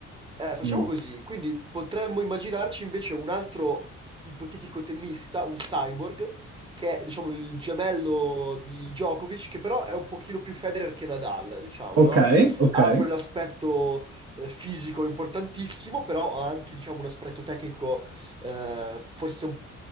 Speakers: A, on the right (about 15°); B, on the right (about 55°).
A: Eh, facciamo
B: Mh.
A: così, quindi potremmo immaginarci invece un altro ipotetico tennista, un cyborg, che è, diciamo, il gemello di Djokovic, che però è un pochino più Federer che Nadal, diciamo,
B: Okay,
A: no?
B: okay.
A: Ha quell'aspetto eh, fisico importantissimo, però ha anche, diciamo, un aspetto tecnico eh, forse un